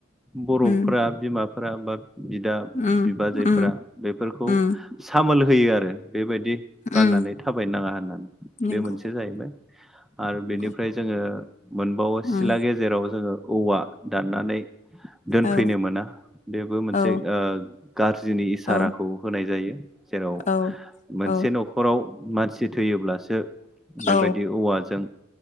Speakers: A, in the centre; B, on the left.
A: बर'फोरा
B: उम
A: बिमाफोरा बा बिदा
B: उम
A: बिबाजैफोरा
B: उम
A: बेफोरखौ
B: उम
A: सामोल होयो आरो बेबायदि गाननानै
B: उम
A: थाबायनो नाङा होननानै बे
B: नंगौ
A: मोनसे जाहैबाय आरो
B: नंगौ
A: बेनिफ्राय जोङो मोनबावो
B: उम
A: सिला गेजेराव जोङो औवा दाननानै दोनफैनो
B: औ
A: मोना बेबो मोनसे
B: औ
A: गाज्रिनि इसाराखौ
B: औ
A: होनाय जायो जेराव
B: औ
A: मोनसे
B: औ
A: न'खराव मानसि थैयोब्लासो बेबायदि
B: औ
A: औवाजों